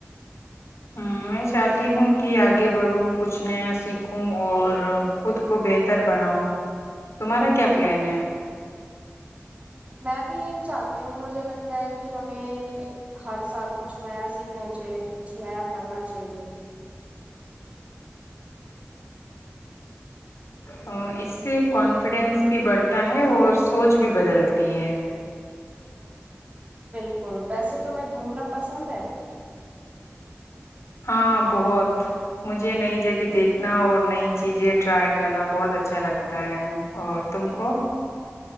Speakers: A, on the left; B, on the right.
A: ہ میں چاہتی ہوں کہ آگے بڑھوں کچھ نیا سیکھوں اور خود کو بہتر بناؤں تمہارا کیا پلان ہے
B: میں بھی یہی چاہتی ہوں مجھے لگتا ہے کہ ہمیں ہر سال کچھ نیا سیکھنا چاہیے کچھ نیا کرنا چاہیے
A: ہ اس سے کانفیڈینس بھی بڑھتا ہے اور سوچ بھی بدلتی ہے
B: بالک بالکل ویسے تو میں گھومنا پسند ہے
A: ہاں بہت مجھے نئی جگہ دیکھنا اور نئی چیزیں ٹرائی کرنا بہت اچھا لگتا ہے اور تم کو